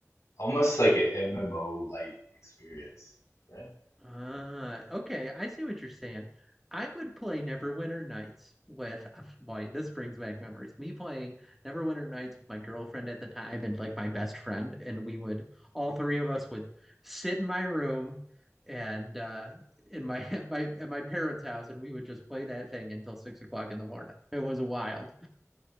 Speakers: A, on the left (about 75°); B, in the centre.
A: Almost like an MMO light experience, right?
B: Ah, okay, I see what you're saying. I would play Neverwinter Nights with, uh, boy, this brings back memories. Me playing Neverwinter Nights with my girlfriend at the time and like my best friend, and we would all three of us would sit in my room and uh in my <laughs> my at my parents' house, and we would just play that thing until six o'clock in the morning. It was wild.